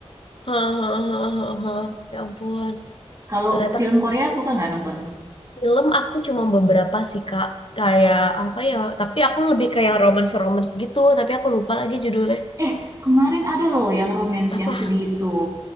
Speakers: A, on the left; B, on the right.
A: <laughs> ya ampun.
B: Kalau
A: Ternyata
B: film Korea suka nggak nonton?
A: film aku cuma beberapa sih, Kak. Kayak apa ya? Tapi aku lebih ke yang romance-romance gitu. Tapi aku lupa lagi judulnya.
B: Eh, kemarin ada loh yang romance
A: Apa?
B: yang sedih itu.